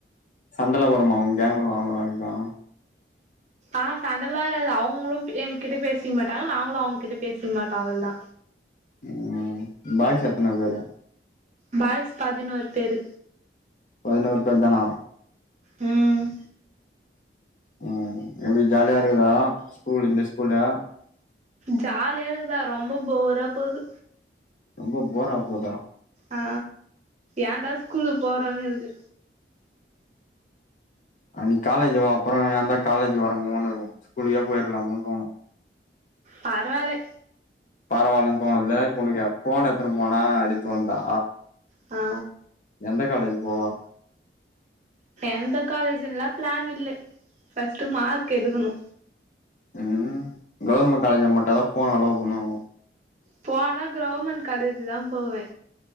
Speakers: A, on the left (about 45°); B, on the right (about 40°).
A: சண்ட எல்லா வருமா உங்க கேங்கு அவங்க கேங்கு
B: ஆ சண்டல வராது அவுங்களு என்கிட்ட பேசிக்க மாட்டாங்க நாங்களு அவுங்க கிட்ட பேசிக்க மாட்டோம் அவளதா
A: ம் பாய்ஸ் எத்தன பேரு
B: பாய்ஸ் பதினோரு பேரு
A: பதினோறு பேரு தானா
B: ம்
A: ம் எப்டி ஜாலியா இருக்குதா ஸ்கூல் இந்த ஸ்கூல்லு
B: ஜாலியா இருக்குதா ரொம்ப போரா போகுது
A: ரொம்ப போரா ஆ போதா
B: ஆ ஏன்டா ஸ்கூல்லு போறோன்னு இருக்கு
A: அன்னைக் காலேஜூவோ அப்பறோ ஏந்தா காலேஜூ வரமோனுருகு ஸ்கூலுகே போயிர்லாமோன் தோணு
B: பரவாலே
A: பரவாலன் தோணுதுல்லே இப்ப உனுகுயே ஃபோன் எத்துனு போனா அப்டின் தோண்தா
B: ஆ
A: எந்த காலேஜ் போவா
B: எந்த காலேஜூன்லா பிளான் இல்லே ஃபஸ்ட்டு மார்க் எடுகுணு
A: ம் கவுர்மெண்ட் காலேஜூல மட்டுதா ஃபோன் அலோவ் பண்ணுவாங்க
B: போனா கிரவுமெண்ட் காலேஜூதாம் போவே